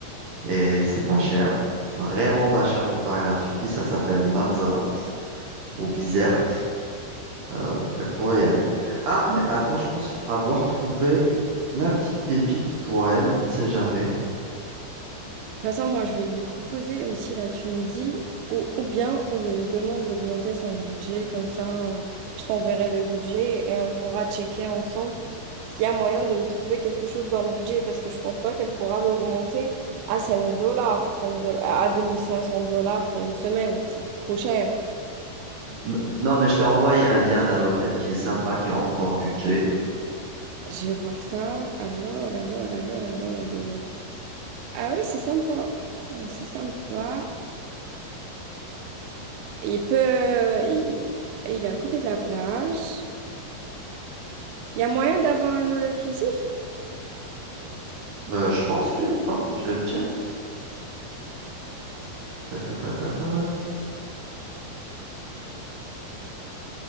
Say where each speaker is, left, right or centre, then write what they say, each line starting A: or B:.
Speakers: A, on the right; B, on the right.
A: Et c'est pas cher. Vraiment pas cher comparé à la Turquie. Ça s'appelle Banzart ou Bizerte. Euh, elle pourrait y aller. Ah, mais attends, je pense avoir trouvé la petite pépite pour elle. On sait jamais.
B: De toute façon, moi, je vais lui proposer aussi la Tunisie ou, ou bien je lui demande d'augmenter son budget. Comme ça, euh, je t'enverrai le budget et on pourra checker ensemble s'il y a moyen de lui trouver quelque chose dans le budget parce que je pense pas qu'elle pourra l'augmenter à 5000 dollars, à 2500 dollars pour une semaine. C'est trop cher.
A: N- Non, mais je t'ai envoyé un lien d'un hôtel qui est sympa, qui rentre dans le budget.
B: Je vais voir ça. Alors, alors, alors, alors, alors. Ah oui, c'est sympa. Oh, C'est sympa. Il peut... Il, il est à côté de la plage. Il y a moyen d'avoir un all inclusif?
A: Bah, je pense, oui, attends, je check. Ta, ta, ta, ta, ta.